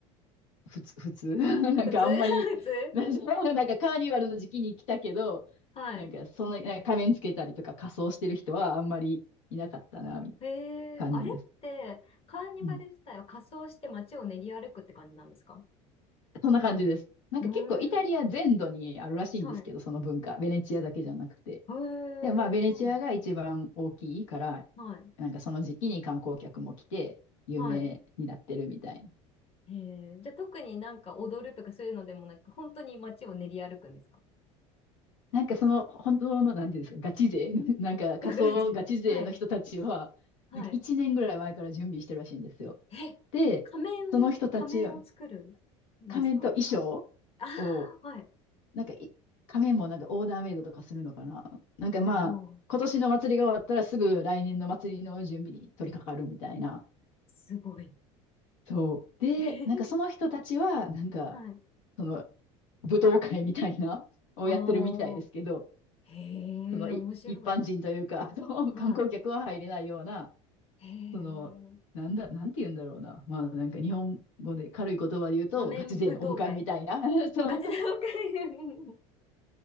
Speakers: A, on the left; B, on the left.
A: 普通、普通 <laughs> なんかあんまり、
B: 普通 <laughs> 普通
A: <laughs> なんかなんかカーニバルの時期に来たけど、
B: はい。
A: なんかそんな、なんか仮面つけたりとか仮装してる人はあんまりいなかったな、みたいな
B: え
A: 感じです。
B: えあれって、カーニバル自体は仮装して街を練り歩くって感じなんですか
A: うん。そんな感じです。なんか結構イタリア全土にあるらしいんですけど、
B: うーん、はい。
A: その文化。ベネチアだけじゃなくて。
B: え
A: で、まあベネチアが一番大きいから、
B: えそうなん。はい、
A: なんかその時期に観光客も来て有名になってるみたいな。
B: はい。ええじゃあ特になんか踊るとかそういうのでもなく、本当に街を練り歩くんですか <laughs> っ
A: なんかその本当の、なんていうんですか、ガチ勢、<laughs> なんか仮想ガチ勢の人たちは、
B: ていう感じ。はい、はい。
A: なんか1年ぐらい前から準備してるらしいんですよ。
B: え、
A: で、
B: 仮面を、
A: その人たちは
B: 仮面を作るんですか
A: 仮面と衣装を、
B: ああ、はい。
A: なんかい仮面もなんかオーダーメイドとかするのかな。なんかまあ、
B: すごい。
A: 今年の祭りが終わったらすぐ来年の祭りの準備に取り掛かるみたいな。
B: すごい。
A: そう。で、
B: <laughs> へえ、
A: なんかその人たちは、なんか、
B: はい。
A: その舞踏会みたいなをやってるみたいですけど、
B: ああ、へえ、
A: そのい一般人というか、
B: 面白い。
A: <laughs> その観光客は入れないような、
B: はい。へえ、
A: その、なんだ、なんて言うんだろうな。まあなんか日本語で軽い言葉で言うと、
B: 仮面舞踏会
A: ガチ勢のオフ会みたいな、<laughs> そう、
B: ガチ舞踏会